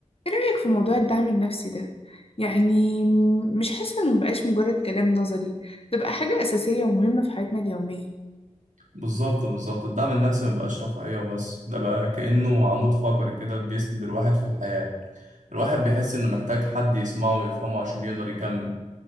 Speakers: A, on the left; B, on the right.
A: ايه رأيك في موضوع الدعم النفسي ده؟ يعني م- مش حاسة انه مبقاش مجرد كلام نظري ده بقى حاجة أساسية ومهمة في حياتنا اليومية
B: بالظبط بالظبط الدعم النفسي مبقاش رفاهية وبس ده بقى كأنه عمود فقري كده بيسند الواحد في الحياة الواحد بيحس إنه محتاج حد يسمعه ويفهمه عشان يقدر يكمل